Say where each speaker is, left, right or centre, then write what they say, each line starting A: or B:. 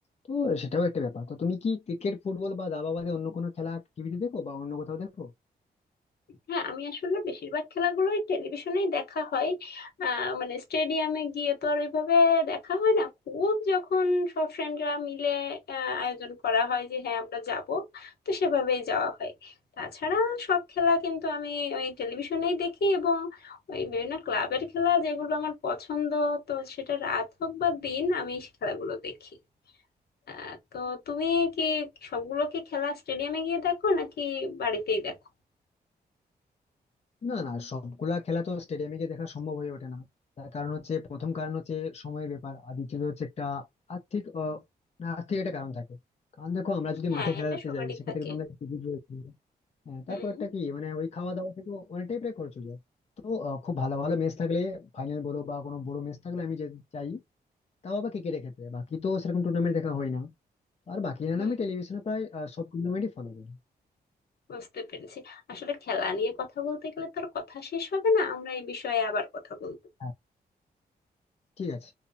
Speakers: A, on the left (about 40°); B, on the left (about 70°).
A: তো সেটাও একটা ব্যাপার তো তুমি কি ক্রিকেট ফুটবল বা দাবা বাদে অন্য কোনো খেলা টিভিতে দেখো বা অন্য কোথাও দেখো
B: হ্যাঁ আমি আসলে বেশিরভাগ খেলাগুলোই টেলিভিশনেই দেখা হয় আহ, মানে স্টেডিয়ামে গিয়ে তো আর ওইভাবে দেখা হয় না খুব যখন সব ফ্রেন্ডরা মিলে আহ, আয়োজন করা হয় যে হ্যাঁ আমরা যাব তো সেভাবেই যাওয়া হয় তাছাড়া সব খেলা কিন্তু আমি ওই টেলিভিশনেই দেখি এবং ওই বিভিন্ন ক্লাবের খেলা যেগুলো আমার পছন্দ তো সেটা রাত হোক বা দিন আমি সেই খেলাগুলো দেখি আহ, তো তুমি কি সবগুলো কি খেলা স্টেডিয়ামে গিয়ে দেখো নাকি বাড়িতেই দেখো
A: না না সবগুলা খেলা তো স্টেডিয়ামে গিয়ে দেখা সম্ভব হয়ে ওঠে না তার কারণ হচ্ছে প্রথম কারণ হচ্ছে সময়ের ব্যাপার আর দ্বিতীয়ত হচ্ছে একটা আর্থিক আহ, না আর্থিক একটা কারণ থাকে কারণ দেখো আমরা যদি
B: হ্যাঁ
A: মাঠে খেলা
B: এটা
A: দেখতে
B: সবারই
A: যাই সেক্ষেত্রে
B: থাকে
A: কিন্তু আমরা টিকিট রয়েছে হ্যাঁ
B: হুম
A: তারপর একটা কি মানে ওই খাওয়া দাওয়া থেকে অনেকটাই প্রায় খরচ হয়ে যায় তো আহ, খুব ভালো ভালো ম্যাচ থাকলে ফাইনাল বলো বা কোনো বড় ম্যাচ থাকলে আমি যে চাই তাও আবার ক্রিকেটের ক্ষেত্রে বাকি তো সেরকম টুর্নামেন্ট দেখা হয় না আর বাকি না হলে
B: হুম
A: আমি টেলিভিশনে প্রায় আহ, সব টুর্নামেন্টই ফলো করি
B: বুঝতে পেরেছি আসলে খেলা নিয়ে কথা বলতে গেলে তো আর কথা শেষ হবে না আমরা এই বিষয়ে আবার কথা বলবো
A: হ্যাঁ ঠিক আছে